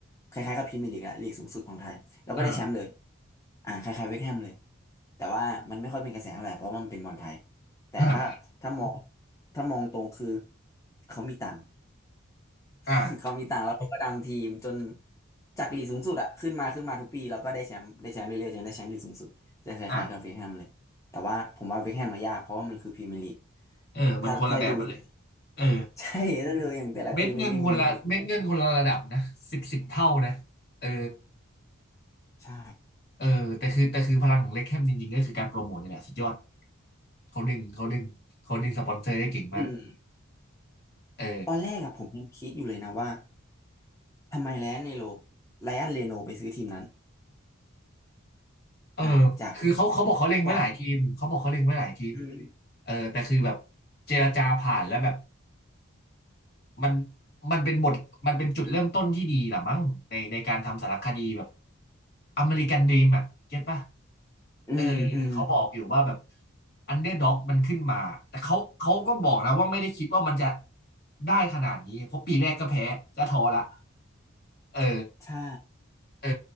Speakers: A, on the left; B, on the left.
A: คล้ายๆกับพรีเมียร์ลีกอะลีกสูงสุดของไทยแล้วก็ได้แชมป์เลย
B: อ่า
A: อ่าคล้ายๆเวสต์แฮมเลยแต่ว่ามันไม่ค่อยเป็นกระแสเท่าไหร่เพราะว่ามันเป็นบอลไทยแต่ถ้าถ้ามอง
B: อ่า
A: ถ้ามองตรงคือเขามีตังค์
B: อ่า
A: <laughs> เขามีตางค์แล้วเขาก็ดันทีมจนจากลีกสูงสุดอะขึ้นมาขึ้นมาทุกปีแล้วก็ได้แชมป์ได้แชมป์เรื่อยๆจนได้แชมป์ลีกสูงสุดจะคล้ายๆกับเวคแฮมเลยแต่ว่าผมว่าเวคแฮมมายากเพราะว่ามันคือพรีเมียร์ลีก
B: อ่าเออมันคนละแบบกันเลย
A: ถ้าถ้าดู <laughs>
B: เออ
A: ใช่ถ้าดูอย่างแต่ละทีมในพรีเมียร์ลีกเนี่ยโอ้โห
B: เม็ดเงินคนละเม็ดเงินคนละระดับนะสิบสิบเท่านะเออ
A: ใช่
B: เออแต่คือแต่คือพลังของเล็กแคมจริงๆก็คือการโปรโมทนี่แหละสุดยอดเขาดึงเขาดึงเขาดึงสปอนเซอร์ได้เก่งมาก
A: อืม
B: เออ
A: ตอนแรกอะผมยังคิดอยู่เลยนะว่าทำไมไลออนเนโรไลออนเรโนไปซื้อทีมนั้น
B: เออ
A: อ่าจาก
B: คือเขาเขาบอกเขาเล็งไว้หลายทีมเขาบอกเขาเล็งไว้หลายทีม
A: จากอืม
B: เออแต่คือแบบเจรจาผ่านแล้วแบบ มันมันเป็นบทมันเป็นจุดเริ่มต้นที่ดีหรอมั้งในในการทำสารคดีแบบอเมริกันดรีมอ่ะเก็ตป่ะ
A: อืมอืม
B: เออเขาบอกอยู่ว่าแบบอันเดอร์ด็อกมันขึ้นมาแต่เขาเขาก็บอกนะว่าไม่ได้คิดว่ามันจะได้ขนาดนี้เพราะปีแรกก็แพ้ก็ท้อละเออ
A: ใช่
B: เออ